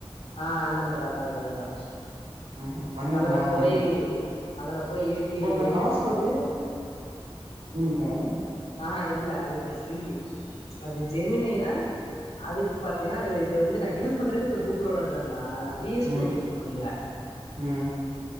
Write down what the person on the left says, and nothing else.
ஆஹ் அந்த மாரி அத அதேதா
அதுல
போய் அதுல போய் ஏப்பி
ஐ
எடுத்து
ஆஹ் இல்ல அது இப்ப ஃபிரீ அது ஜெமினினா அதுக்கு பாத்தீன்னா அது இது வந்து நா யூஸ் பண்றது இப்ப கூகுளோடதா நானா வி எஸ்
கோட் யூஸ் பண்ல